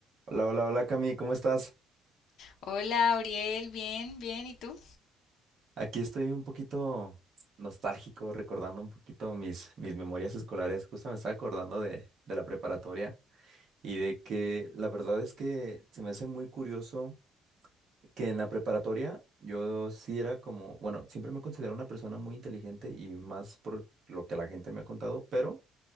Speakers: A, on the right (about 45°); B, on the left (about 60°).
A: Hola, hola, hola Cami, ¿cómo estás?
B: Hola, Auriel, bien, bien, ¿y tú?
A: Aquí estoy un poquito nostálgico, recordando un poquito mis, mis memorias escolares. Justo me estaba acordando de, de la preparatoria y de que la verdad es que se me hace muy curioso que en la preparatoria yo sí era como, bueno, siempre me considero una persona muy inteligente y más por lo que la gente me ha contado, pero